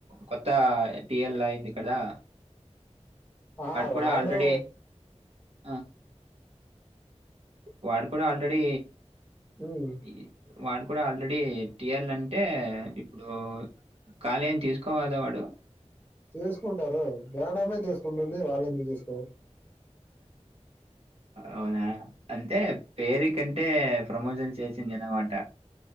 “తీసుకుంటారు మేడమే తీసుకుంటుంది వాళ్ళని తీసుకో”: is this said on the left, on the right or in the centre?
Left